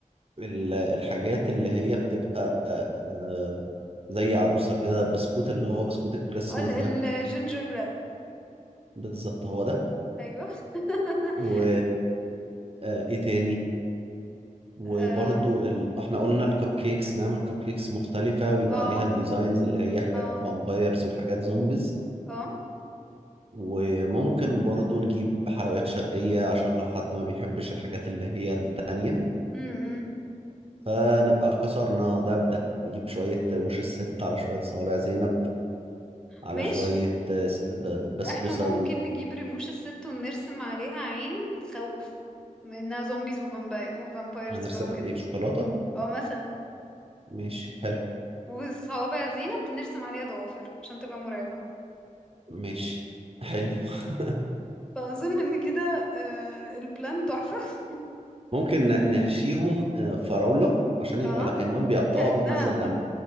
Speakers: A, on the right; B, in the centre.
A: ال- الحاجات اللي هي بتبقى آه، زي عروسة كده بسكوت اللي هو بسكوت الكريسماس
B: ال...
A: ده
B: الجينجر بريد
A: بالظبط هو ده
B: ايوه <laughs>
A: و آه، ايه تاني وبرضو
B: أم،
A: ال... احنا قلنا الكب كيكس نعمل كب كيكس مختلفة ويبقى
B: اه
A: عليها الديزاينز اللي هي حاجات
B: اه
A: فامبايرز وحاجات زومبيز
B: اه
A: وممكن برضو نجيب حلويات شرقية عشان لو حد ما بيحبش الحاجات اللي هي التانية
B: امم
A: فنبقى كسرنا دبدة نجيب شوية رموش الست على شوية صوابع زينب على
B: ماشي
A: شوية آه، س- ب- بسبوسة
B: احنا ممكن نجيب رموش الست ونرسم عليها عين تخوف منها زومبيز وفامباي- وفامبايرز
A: وهنرسمها
B: بقى وكده
A: بإيه بشوكولاتة
B: اه مثلا
A: ماشي حلو
B: وصوابع زينب بنرسم عليها ضوافر عشان تبقى مرعبة
A: ماشي حلو <laughs>
B: فأظن ان كده آه، البلان تحفة
A: ممكن ن- نحشيهم آه، فراولة عشان يبقى
B: اه
A: لكأنهم بيقطعوها
B: كأنها
A: بتنزل دم